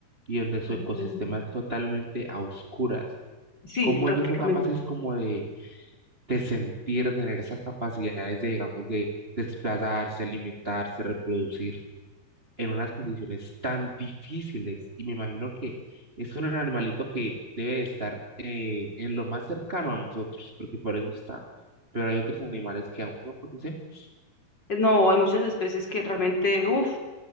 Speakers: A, on the right; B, on the left.
A: y donde su
B: Ujú.
A: ecosistema es totalmente a oscuras.
B: Sí,
A: Cómo
B: prácticamente.
A: ellos son capaces como de, de sentir, tener esas capacidades de, digamos, de desplazarse, alimentarse, reproducirse en unas condiciones tan difíciles. Y me imagino que es un animalito que debe de estar eh, en lo más cercano a nosotros, porque por eso está. Pero hay otros animales que aún no conocemos.
B: No, hay muchas especies que realmente, uff.